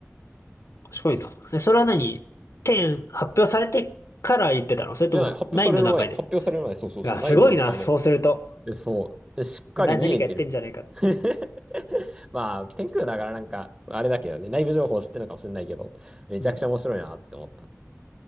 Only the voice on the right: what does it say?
じゃない、発表される前、発表される前、そうそうそう、
9の段階で。
で、そう、でしっかり見えてる。
<laughs> まあ、天空だからなんか、あれだけどね、内部情報知ってるのかもしれないけど、めちゃくちゃ面白いなって思っ